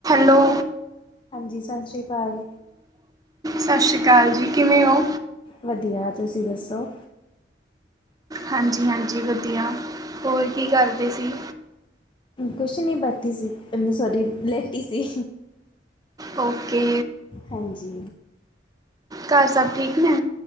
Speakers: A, on the right; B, on the left.
A: ਹੈਲੋ
B: ਹਾਂਜੀ, ਸਤਿ ਸ੍ਰੀ ਅਕਾਲ।
A: ਸਤਿ ਸ਼੍ਰੀ ਅਕਾਲ ਜੀ, ਕਿਵੇਂ ਹੋ?
B: ਵਧੀਆ ਤੁਸੀਂ ਦੱਸੋ?
A: ਹਾਂਜੀ, ਹਾਂਜੀ ਵਧੀਆ ਹੋਰ ਕੀ ਕਰਦੇ ਸੀ?
B: ਕੁਛ ਨਹੀਂ ਬੈਠੀ ਸੀ ਸੋਰੀ ਲੈਟੀ ਸੀ।
A: ਓਕੇ,
B: ਹਾਂਜੀ
A: ਘਰ ਸਭ ਠੀਕ ਨੇ?